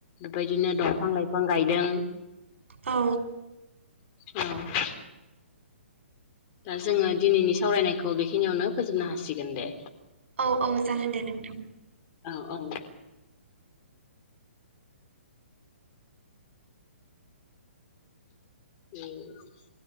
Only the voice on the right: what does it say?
औ।
औ औ जागोन दे नोंथां।